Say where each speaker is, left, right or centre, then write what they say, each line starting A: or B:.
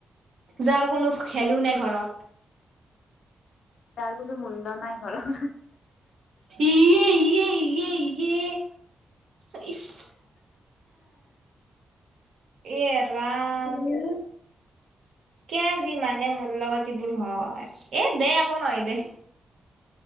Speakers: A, on the right (about 75°); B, on the left (about 85°).
A: যাৰ কোনো খেলোঁ নে ঘৰত?
B: যাৰ কোনো মূল্য নাই ঘৰত
A: এ, এ, এ, এ, ইচ এৰাম।
B: উম
A: কিয়া যি মানে মোৰ লগত এইবোৰ হয়। এ দে একো নহয় দে।